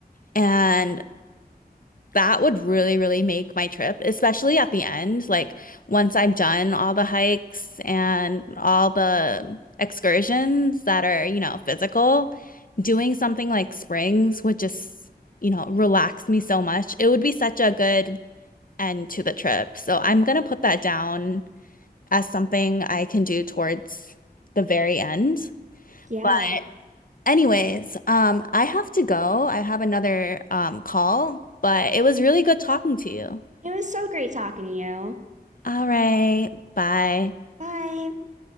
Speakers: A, on the left (about 55°); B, on the right (about 45°).
A: And that would really, really make my trip, especially at the end. Like once I'm done all the hikes and all the excursions that are, you know, physical, doing something like Springs would just, you know, relax me so much. It would be such a good end to the trip. So I'm gonna put that down as something I can do towards the very end.
B: Yeah.
A: But anyways, um, I have to go. I have another um call, but it was really good talking to you.
B: It was so great talking to you.
A: All right. Bye.
B: Bye.